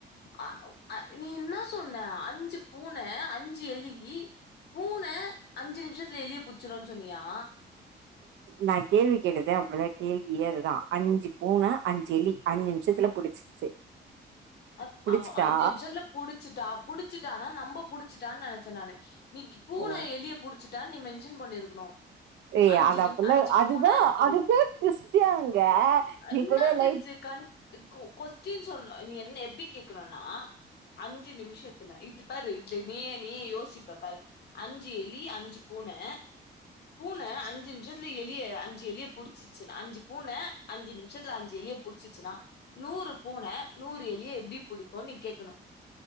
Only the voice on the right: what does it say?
நா கேள்வி கேட்டதே அப்டிதா கேள்வியே அதுதான் அஞ்சு பூனை அஞ்சு எலி அஞ்சு நிம்ஷத்துல புடிச்சிச்சு
புடிச்சிட்டா
ஓ
ஏய்
அது அப்பல்லாம்
அதுதான்
அதுதான் ட்விஸ்டே அங்க நீ
கூட
லைட்